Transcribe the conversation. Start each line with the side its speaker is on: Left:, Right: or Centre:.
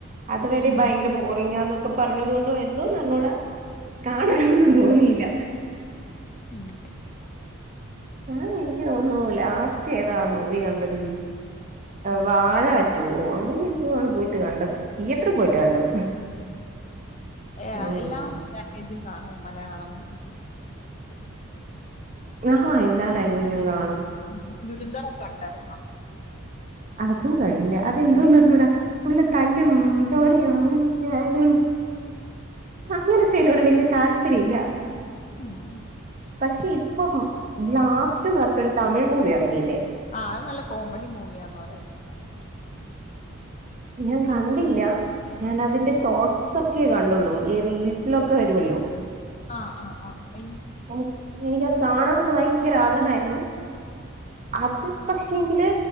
Right: അത് വെരെ
Left: ഉം
Right: ഭയങ്കര ബോറിങ്ങാന്നൊക്ക പറഞ്ഞത് കൊണ്ടോ എന്തോന്നറിഞ്ഞൂട കാണണംന്നും തോന്നിയില്ല
Left: ഉം
Right: ഞാൻ എനിക്ക് തോന്നു ലാസ്റ്റ് ഏതാ മൂവി കണ്ടത് വാഴാ റ്റൂവോ അങ്ങനെന്തോ ആണ് പോയിട്ട് കണ്ടത് തിയേട്രി പോയിട്ട് കണ്ടത്
Left: എഹ്
Right: ഉം
Left: എല്ലാ ലാംഗ്വേജും കാണൂ മലയാളം ഹിന്ദി ഇംഗ്ലീഷ്
Right: ആഹാ എല്ലാ ലാംഗ്വേജും കാണും
Left: ഉം ദുരന്തർ കണ്ടാരുന്നോ
Right: അതും കണ്ടില്ല അതെന്തോന്ന് അറി ഞ്ഞൂടാ ഫുള്ള് തല്ലും ചോരയും അങ്ങനെയൊക്കെ ആയതുകൊണ്ട് അങ്ങനതേനോട് വല്യയ താല്പര്യം ഇല്ല
Left: ആഹ്
Right: പക്ഷെ ഇപ്പം ബ്ലാസ്റ്റ്ന്ന് പറഞ്ഞിട്ടൊരു തമിഴ് മൂവി ഇറങ്ങില്ലേ
Left: ആഹ് അത് നല്ല കോമഡി മൂവിയാന്ന് പറയുന്നുണ്ടായിരുന്നു
Right: ഞാൻ കണ്ടില്ല ഞാൻ അതിന്റെ ഷോട്സ് ഒക്കെ കണ്ടുള്ളൂ ഈ റീൽസിലൊക്കെ വരുമല്ലോ
Left: ആഹ് ആഹ് ഒഹ് എഹ്
Right: എനിക്ക് എനിക്കത് കാണണംന്ന് ഭയങ്കര ആഗ്രഹായിരുന്നു അത് പക്ഷെ എങ്കില്